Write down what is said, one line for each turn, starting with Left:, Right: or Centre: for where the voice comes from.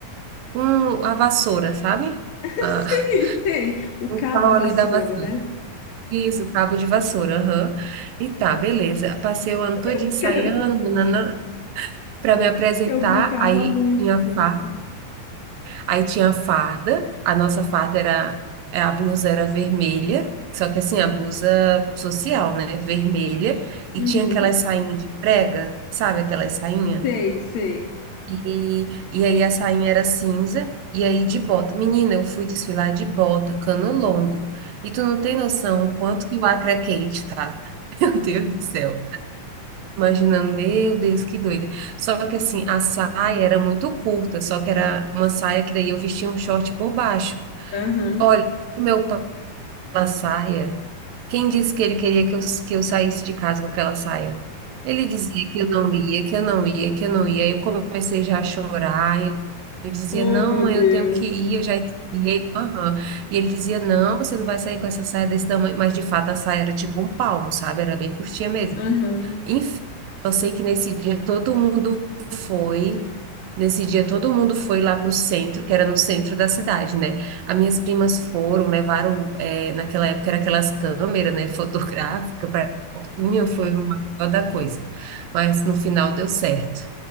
Right: com a vassoura, sabe?
Left: <laughs>
Right: Ah,
Left: Sei, sei. O
Right: o
Left: cabo
Right: pau
Left: de
Right: ali
Left: vassoura,
Right: da vassoura.
Left: né?
Right: Isso, o cabo de vassoura, aham. E tá, beleza. Passei o ano todo
Left: <laughs>
Right: ensaiando, nananã. para me apresentar.
Left: Eu brincava
Right: Aí
Left: muito
Right: tinha
Left: com
Right: farda,
Left: isso.
Right: aí tinha a farda, a nossa farda era, é, a blusa era vermelha, só que assim, a blusa social, né, vermelha, e
Left: Uhum,
Right: tinha aquelas sainhas de prega, sabe aquelas sainha?
Left: sei, sei.
Right: E, e aí a sainha era cinza, e aí de bota. Menina, eu fui desfilar de bota, cano longo. E tu não tem noção o quanto que o Acre é quente, tá? <laughs> Meu Deus do céu. Imaginando, meu Deus, que doida. Só que assim, a saia era muito curta, só que era uma saia que daí eu vestia um short por baixo.
Left: Aham.
Right: Olha, meu pai com aquela saia. Quem disse que ele queria que eu, que eu saísse de casa com aquela saia? Ele dizia que eu não ia, que eu não ia, que eu não ia. Aí Eu comecei já a chorar. Eu, eu dizia,
Left: Oh,
Right: não,
Left: meu
Right: mãe,
Left: Deus.
Right: eu tenho que ir, eu já esfriei. Aham. E ele dizia, não, você não vai sair com essa saia desse tamanho. Mas de fato a saia era tipo um palmo, sabe? Era bem curtinha mesmo.
Left: Aham.
Right: Enfim, eu sei que nesse dia todo mundo foi. Nesse dia todo mundo foi lá para o centro, que era no centro da cidade, né? As minhas primas foram, levaram, eh, naquela época era aquelas câmeras, né, <laughs> fotográfica para foto. Menina, foi uma maior da coisa. Mas no final deu certo.